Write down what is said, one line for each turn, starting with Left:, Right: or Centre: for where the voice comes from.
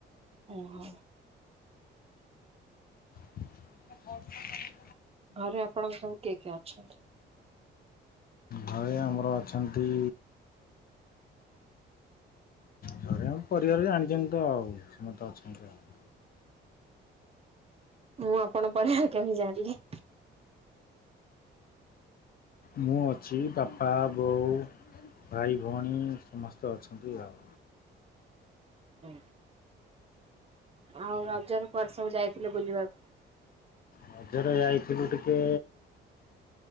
Right: ଓ ହୋ
Left: <unintelligible>
Right: ଘରେ ଆପଣଙ୍କ ସବୁ କିଏ କିଏ ଅଛନ୍ତି
Left: ଘରେ ଆମର ଅଛନ୍ତି ଘରେଆ ପରିବାର ଜାଣିଛନ୍ତି ତ ଆଉ ସମସ୍ତେ ଅଛନ୍ତି ଆଉ
Right: ମୁଁ ଆପଣଙ୍କ ପରିବାର କେମିତି ଜାଣିଲି
Left: ମୁଁ ଅଛି ବାପା ବୋଉ ଭାଇ ଭଉଣୀ ସମସ୍ତେ ଅଛନ୍ତି ଆଉ
Right: ହୁଁ ଆଉ ରଜରେ କୁଆଡ ସବୁ ଯାଇଥିଲେ ବୁଲିବାକୁ
Left: ରଜରେ ଯାଇଥିଲୁ ଟିକେ